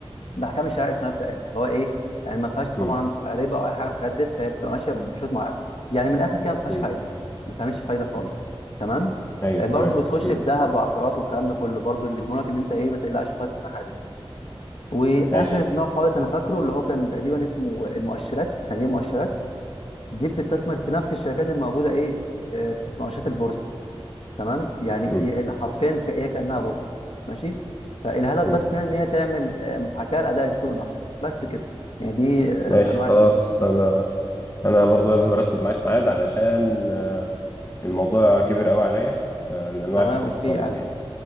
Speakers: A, on the left; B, on the left.
A: ده احكام الشرع اسمها بتاعت اللي هو ايه يعني ما فيهاش طبعا
B: مم.
A: ربا او اي حاجه من الحاجات ديت فهي بتبقى ماشيه بشوط معين يعني من الاخر كده ما فيهاش
B: مم.
A: فايده ما بتعملش فايده خالص تمام
B: أيوه
A: آه،
B: تمام
A: برضو بتخش
B: مم.
A: في ذهب وعقارات والكلام ده كله برضو بيضمنوا لك ان انت ايه ما تقلقش خالص من الناحيه دي واخر
B: ماشي
A: نوع خالص انا فاكره اللي هو كان تقريبا اسمه المؤشرات صناديق المؤشرات دي بتستثمر في نفس الشركات الموجوده ايه آه، في مؤشرات البورصه تمام يعني
B: مم.
A: يعني حرفيا ك- هي كانها بورصه ماشي فالهدف
B: مم.
A: بس من ان هي تعمل آه، محاكاه لاداء السوق نفسه بس كده يعني دي آه،
B: ماشي
A: انواع
B: خلاص
A: ال... دي.
B: أنا انا برضو لازم ارتب معاك ميعاد علشان الموضوع كبير قوي عليا آه، الانواع
A: تمام
B: كتير
A: اوكي
B: خالص
A: عادي
B: يعني